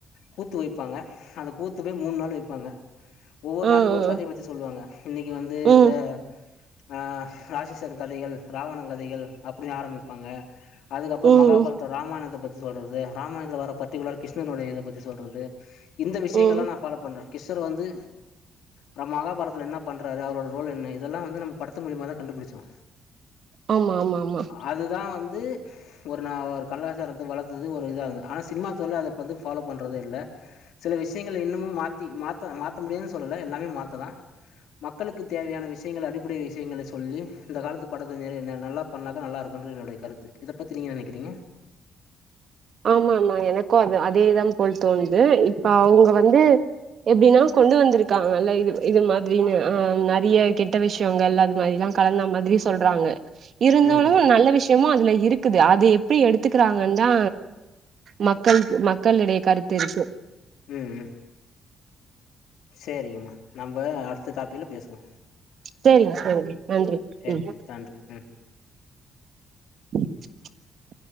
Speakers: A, on the left; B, on the right.
A: கூத்து வெய்ப்பாங்க அந்த கூத்து போய் மூன் நாள் வெய்ப்பாங்க ஒவ்வொரு
B: ஆ ஆ
A: நாளைக்கு ஒரு
B: ஆ.
A: கதைய பத்தி சொல்லுவாங்க இன்னைக்கு வந்து
B: ம்
A: இந்த அ ராட்சசன் கதைகள் ராவணன் கதைகள் அப்டின் ஆரம்பமிப்பாங்க அதுக்கப்பறம்
B: ம்
A: மகாபார
B: ம்
A: ராமாயணத்த பத்தி சொல்றது ராமாயணத்துல வர்ற பர்டிகுலர் கிருஷ்ணனுடைய இத பத்தி சொல்றது இந்த விஷயங்கள்லா
B: ம்.
A: நா ஃபாலோ பண்றே கிஷ்ஷர் வந்து நம் மகாபாரத்துல என்ன பண்றாரு அவரோட ரோல் என்ன இதெல்லா வந்து நம்ம படத்து மூலியமா தா கண்டுபிடிச்சோ
B: ஆமா ஆமா ஆமா
A: அது தா வந்து ஒரு நா ஒரு கலாச்சாரத்த வளத்தது ஒரு இதாககு ஆனா சினிமா தொர்ல அத இப்போ வந்து ஃபாலோ பண்ணுறதே இல்ல சில விஷயங்க இன்னமு மாத்தி மாத்த மாத்த முடியாதுன்னனு சொல்லல எல்லாமே மாத்தலா மக்களுக்கு தேவையான விஷயங்கள் அடிப்படை விஷயங்களை சொல்லி இந்த காலத்து படத்தை நிற நல்லா பண்ணாதா நல்லாருக்கு என்னுடைய கருத்து இத பத்த நீங்க நெனைக்கிறீங்க
B: ஆமா ஆமா எனக்கு அது அதேதா போல் தோணுது இப்ப அவங்க வந்து எப்டின்னா கொண்டு வந்திருக்காங்கல்ல இது இது மாதிரின்னு ஆ நெறைய கெட்ட விஷயங்கள் அது மாரிலா கலந்தா மாதிரி சொல்றாங்க இருந்தாலு
A: ம்
B: நல்ல விஷயமு அதுல இருக்குது அது எப்டி எடுத்துக்கிறாங்க தா மக்கள் மக்களிடையே கருத்து இருக்கு
A: ம் சரிங்கம்மா நம்ம அடுத்த டாப்பிக்ல பேசுவோ
B: சரிங்க சரிங்க நன்றி
A: சேரிங்க
B: ம்
A: நன்றி ம்
B: <inaudible>